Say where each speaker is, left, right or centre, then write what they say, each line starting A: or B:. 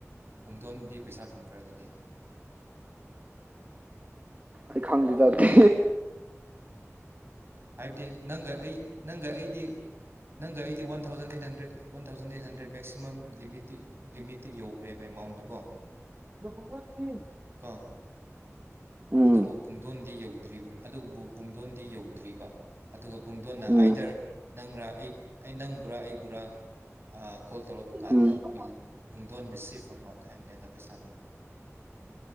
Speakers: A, on the right; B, on the right.
A: ꯄꯨꯡꯗꯣꯟꯗꯤ ꯄꯩꯁꯥ ꯐꯪꯈ꯭ꯔ ꯑꯗꯨꯗꯤ
B: ꯑꯩ ꯈꯪꯗꯦꯗꯗꯤ
A: ꯍꯥꯏꯕꯗꯤ ꯅꯪꯒ ꯑꯩ ꯅꯪꯒ ꯑꯩꯗꯤ ꯅꯪꯒ ꯑꯩꯗꯤ one thousand eight hundred one thousand eight hundred maximum ꯂꯤꯃꯤꯠꯇꯤ ꯂꯤꯃꯤꯠꯇ ꯌꯧꯈ꯭ꯔꯦꯕ ꯑꯦꯃꯥꯎꯟꯗꯨꯀꯣ
B: <unintelligible>
A: ꯀꯣ
B: ꯎꯝ
A: ꯑꯗꯨꯕꯨ ꯄꯨꯡꯗꯣꯟꯗꯤ ꯌꯧꯗ꯭ꯔꯤꯕ ꯑꯗꯨꯕꯨ ꯄꯨꯡꯗꯣꯟꯗꯤ ꯌꯧꯗ꯭ꯔꯤꯕ ꯑꯗꯨꯒ ꯄꯨꯡꯗꯣꯟꯅ
B: ꯎꯝ
A: ꯑꯥꯏꯗꯔ ꯅꯪꯔꯥ ꯑꯩ ꯅꯪꯕꯨꯔꯥ ꯑꯩꯕꯨꯔꯥ ꯀꯣꯜ ꯇꯧꯔꯛ ꯀꯥꯟꯗ
B: ꯎꯝ ꯑꯣꯀꯦ
A: ꯋꯤꯜ ꯄꯨꯡꯗꯣꯟ ꯕꯤꯁꯤ ꯐꯣꯔ ꯅꯣꯠ ꯍꯥꯏꯕꯅꯦꯗ ꯄꯩꯁꯥꯗꯣ